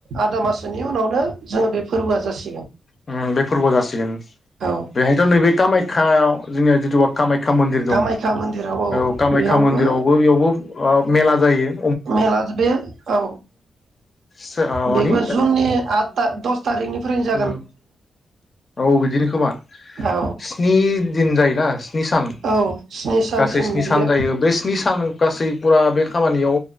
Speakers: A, on the right (about 70°); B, on the left (about 35°).
A: आदा मास सोनि उनावनो जोङो बे फोरबोआ जासि
B: ओम बे फोरबोआव जासिगोन
A: औ
B: बेहायथ' नैबे कामाख्याव जोंनिया जिथु कामाखया खा मन्दिर
A: कामाख्या
B: दं
A: मन्दिराव
B: औ कामाख्या
A: बेयावबो
B: मन्दिरावबो बेयावबो आव मेला जायो
A: मेला बे औ
B: सो ओ मानि
A: बेबो जुननि आ दस थारिखनिफ्रायनो जा
B: ओम औ बिदिनो खोमा
A: औ
B: स्नि दिन जायोना स्नि सान
A: औ स्नि सानसिम
B: गासै स्नि
A: बियो
B: सान जायो बे स्नि सान गासै फुरा बे खामानियाव